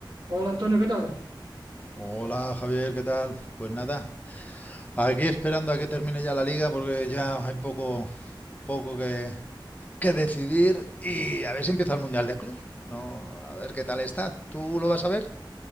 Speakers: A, on the right (about 55°); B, on the left (about 20°).
A: Hola Antonio, ¿qué tal?
B: Hola Javier, ¿qué tal? Pues nada, aquí esperando a que termine ya la liga porque ya hay poco, poco que, que decidir y a ver si empieza el Mundial de Clubs. No, a ver qué tal está. ¿Tú lo vas a ver?